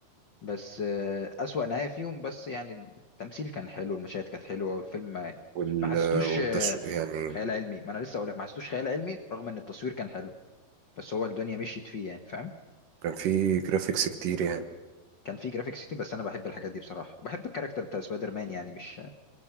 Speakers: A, on the left; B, on the right.
A: بس آه، أسوأ نهاية فيهم بس يعني التمثيل كان حلو المشاهد كانت حلوة والفيلم ما يعني
B: وال
A: ما حسيتوش
B: والتصوير
A: آه،
B: يعني
A: خيال علمي ما أنا لسه أقولك ما حسيتوش خيال علمي رغم إن التصوير كان حلو بس هو الدنيا مشيت فيه يعني فاهم
B: كان في جرافيكس كتير يعني
A: كان فيه جرافيكس كتير بس أنا بحب الحاجات دي بصراحة وبحب الكاركتر بتاع سبايدر مان يعني مش